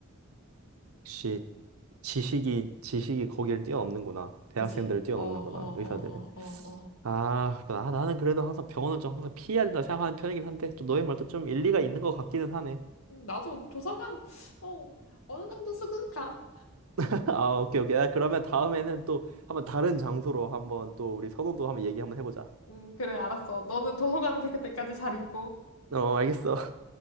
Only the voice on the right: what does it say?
시 지식이 지식이 거기를 뛰어넘는구나 대학생들을
뛰어넘는구나
의사들이
아, 나, 나는 그래도 항상 병원을 좀 항상 피해야 된다 생각하는 편이긴 한데, 좀 너의 말도 좀 일리가 있는 것 같기는 하네.
<laughs> 아, 오케이, 오케이. 아, 그러면 다음에는 또 한번 다른 장소로 한번 또 우리 선호도 한번 얘기 한번 해보자.
어, 알겠어.